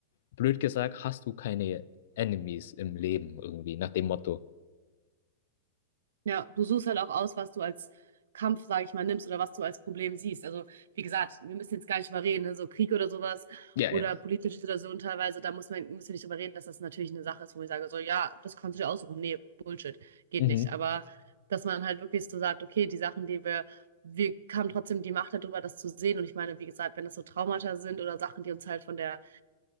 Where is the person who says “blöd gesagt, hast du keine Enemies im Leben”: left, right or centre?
Left